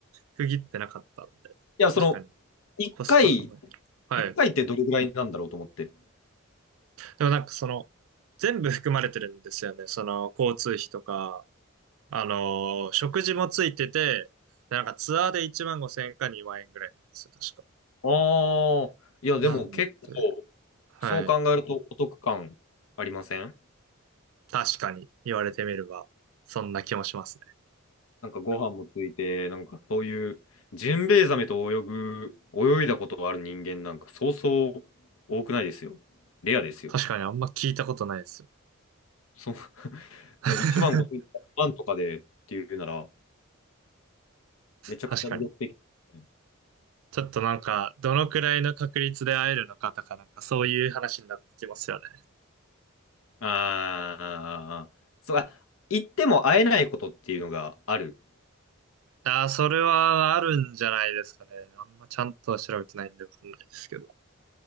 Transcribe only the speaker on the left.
や、その、
1回、
一回ってどれぐらいなんだろうと思って。
ああ、いや、でも結構、
そう考えるとお得感ありません
なんかご飯もついて、なんかそういう、ジンベエザメと泳ぐ、泳いだことがある人間なんか、そうそう多くないですよ。レアですよ。
そう、<laughs> ね、1万5千万とかでっていうなら、
めちゃくちゃ魅力的ですね。
ああ、そう、あ、行っても会えないことっていうのがある。